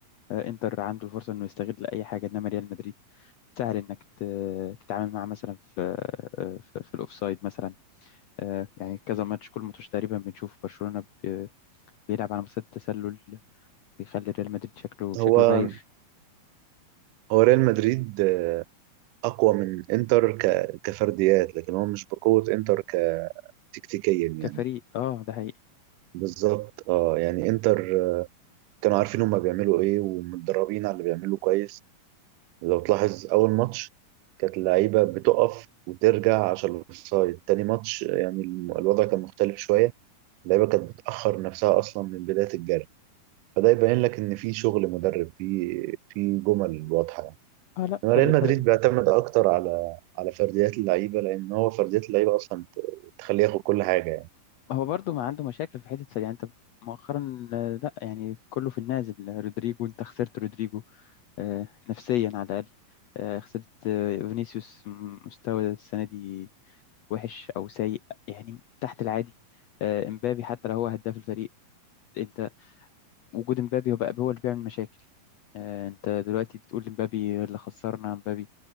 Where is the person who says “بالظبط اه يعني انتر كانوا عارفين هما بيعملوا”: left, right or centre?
Right